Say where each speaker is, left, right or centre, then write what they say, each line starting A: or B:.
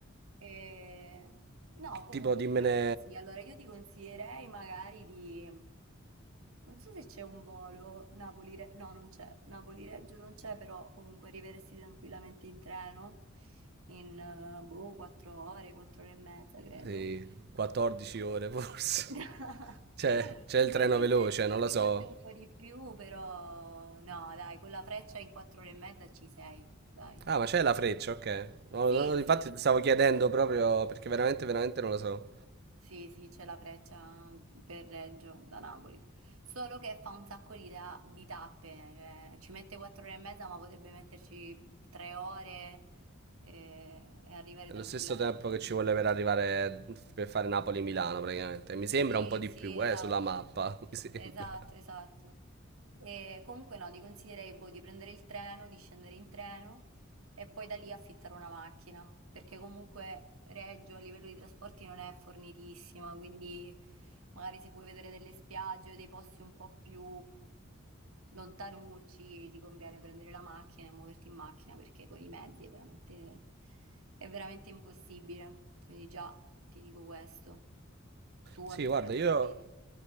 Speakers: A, on the right (about 85°); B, on the right (about 50°).
A: E, no, comunque,
B: Tipo dimmene
A: sì, allora io ti consiglierei magari di... Non so se c'è un volo Napoli-Reggio, no, non c'è, Napoli-Reggio non c'è, però comunque arriveresti tranquillamente in treno in eh, boh, 4 ore, 4 ore e mezza, credo.
B: sì, 14 ore forse.
A: <laughs>
B: <laughs> C'è, c'è il
A: Con
B: treno
A: l'Intercity
B: veloce, non lo so.
A: forse un po' di più, però no, dai, con la freccia in 4 ore e mezza ci sei, dai.
B: Ah, ma c'è la freccia, ok. No,
A: Sì,
B: no, no, infatti
A: sì, sì,
B: stavo chiedendo proprio perché veramente, veramente non lo so.
A: sì, sì, c'è la freccia per Reggio da Napoli, solo che fa un sacco di, ta- di tappe, cioè, ci mette quattro ore e mezza, ma potrebbe metterci tre ore eh, e, arrivare
B: È
A: tranquillamente.
B: lo stesso tempo che ci vuole per arrivare per fare Napoli-Milano praticamente. Mi
A: Sì,
B: sembra un po' di
A: sì,
B: più,
A: esatto,
B: eh, sulla mappa, <laughs> mi sembra.
A: esatto, esatto. E comunque no, ti consiglierei boh, di prendere il treno, di scendere in treno e poi da lì affittare una macchina, perché comunque Reggio a livello di trasporti non è fornitissima, quindi magari se puoi vedere delle spiagge o dei posti un po' più lontanucci, ti conviene prendere la macchina e muoverti in macchina, perché con i mezzi è veramente, è veramente impossibile. Quindi già ti dico questo. Tu
B: Sì,
A: avresti
B: guarda,
A: la possibilità?
B: io...